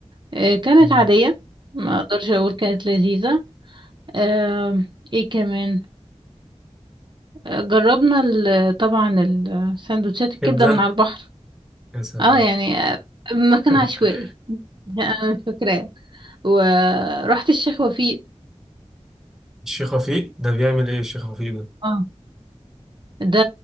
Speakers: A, on the right; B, in the centre.
A: أه كانت
B: مم.
A: عاديه ما اقدرش اقول كانت لذيذه أه ايه كمان أه جربنا ال... طبعا السندوتشات الكبده
B: كبدة
A: من على البحر
B: يا سلام
A: اه يعني آه، مكان
B: <laughs>
A: عشوائي <laughs> انا مش فاكراه ورحت الشيخ وفيق
B: الشيخ وفيق ده بيعمل إيه الشيخ وفيق ده؟
A: اه ده